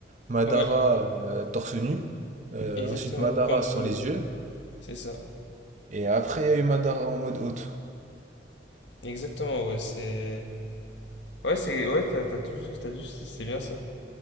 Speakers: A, on the right (about 40°); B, on the left (about 80°).
A: Madara
B: Ouais,
A: euh, torse nu, euh,
B: exactement.
A: ensuite Madara
B: Contre.
A: sans
B: euh,
A: les yeux,
B: c'est ça.
A: et après il y a eu Madara en mode Haute.
B: Exactement, ouais, c'est. Ouais, c'est. Ouais, t'as t'as tout, t'as tout, c'est c'est bien ça.